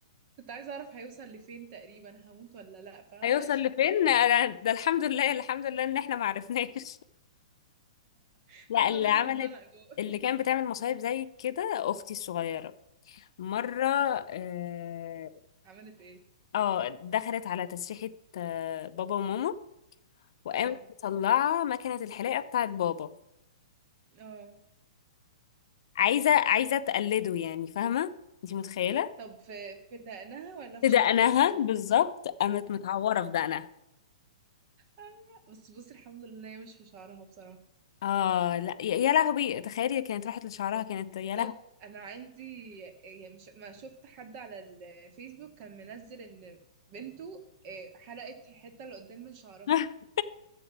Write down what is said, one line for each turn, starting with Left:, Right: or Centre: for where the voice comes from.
Right: كنت عايزه اعرف هيوصل لفين تقريبا هموت ولا لا فاهمه
Left: هيوصل لفين انا ده الحمد لله الحمد لله ان احنا ما عرفناش <laughs>
Right: <laughs> الحمد
Left: لا اللي
Right: لله
Left: عملت
Right: انه اتزنق جوه
Left: اللي كانت بتعمل مصايب زي كده اختي الصغيره مره اه
Right: عملت ايه
Left: آه، دخلت على تسريحه آه، بابا وماما وقامت
Right: اه
Left: مطلعه مكنه الحلاقه بتاعت بابا
Right: اه
Left: عايزه عايزه تقلده يعني فاهمه انت متخيله
Right: طب في في دقنها ولا في
Left: في دقنها
Right: شعرها عشان
Left: بالظبط
Right: هتفرق
Left: قامت متعوره في دقنها
Right: آه. بس بصي الحمد لله إن هي مش في شعرها بصراحه
Left: اه لا يا يا لهوي تخيلي كانت راحت لشعرها كانت
Right: بالظبط
Left: يا لهوي
Right: انا عندي يعني مش ما شفت حد على الفيسبوك كان منزل ان بنته إيه، حلقت الحته اللي قدام من شعرها
Left: <laughs>